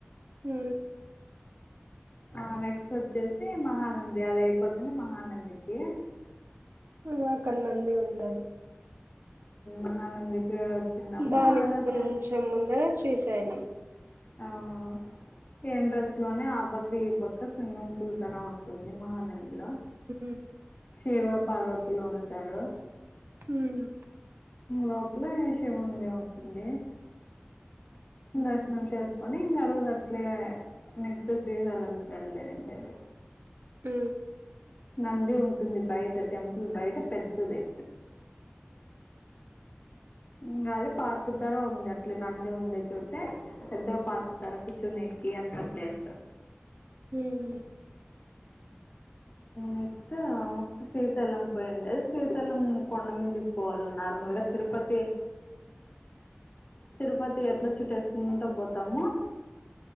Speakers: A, on the right (about 60°); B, on the left (about 40°).
A: హ్
B: ఆ నెక్స్ట్ వచ్చేసి మహానంది. అది అయిపోతనే మహానందికి.
A: అ అక్కడ నంది ఉంటరు.
B: మహానందికి వచ్చిన్నాము
A: దానికి
B: ఆడ
A: కొంచెం ముందర శ్రీశైలం.
B: అవు ఎంట్రన్స్ లోనే ఆ పక్క, ఈ పక్క స్విమ్మింగ్ పూల్ తరా ఉంటుంది మహానంది లో.
A: హ
B: శివపార్వతులు ఉంటరు.
A: హ్
B: లోపల శివున్దే ఉంటుంది. నట్ నుంచి చేసుకొని ఇంగా ఆ రోజు అట్లే నెక్స్ట్ శ్రీశైలంకు బయళ్దేరుండేది.
A: హ్
B: నంది ఉంటుంది బయట టెంపుల్ బయట పెద్దది. అ ఇంగ అదే పార్కు తర ఉంది అట్లే నంది ఉండే చోటే పెద్దగా పార్కు తర కూర్చునేెకి. ఎంత చేస్తా.
A: హ్
B: నెక్స్ట్ శ్రీశైలం పోయిండేది. శ్రీశైలం కొండమీది పోవల్ నార్మల్గా తిరుపతి తిరుపతి ఎట్లా చుట్టేసుకుంటా పోతామో